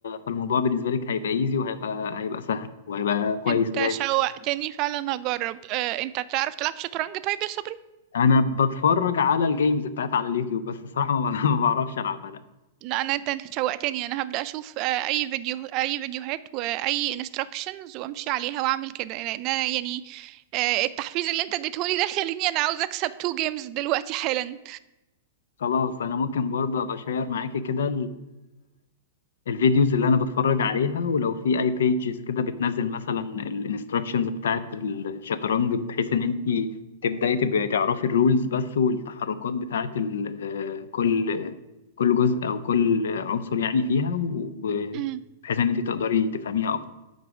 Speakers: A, on the left (about 80°); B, on the right (about 45°).
A: فالموضوع بالنسبه لك هيبقى ايزي وهيبقى هيبقى سهل وهيبقى كويس
B: أنت
A: وجامد
B: شوقتني فعلا أجرب أه أنت تعرف تلعب شطرنج طيب يا صبري
A: انا بتفرج على الجيمز بتاعت على اليوتيوب بس الصراحه ما <laughs> ما بعرفش العبها لا
B: لا انا انت انت شوقتني انا هبدأ اشوف آه، اي فيديو اي فيديوهات واي انستراكشنز وامشي عليها واعمل كده لان انا يعني آه، التحفيز اللي انت اديتهولي ده خليني انا عاوزه اكسب تو جيمز دلوقتي حالا
A: خلاص انا ممكن برضه ابقى شير معاكي كده الفيديوز اللي انا بتفرج عليها ولو في اي بيجز كده بتنزل مثلا الانستراكشنز بتاعت الشطرنج بحيث ان انت تبداي تبقي تعرفي الرولز بس والتحركات بتاعت ال- آه، كل كل جزء او كل عنصر يعني فيها وبحيث
B: امم
A: ان انت تقدري تفهميها اكتر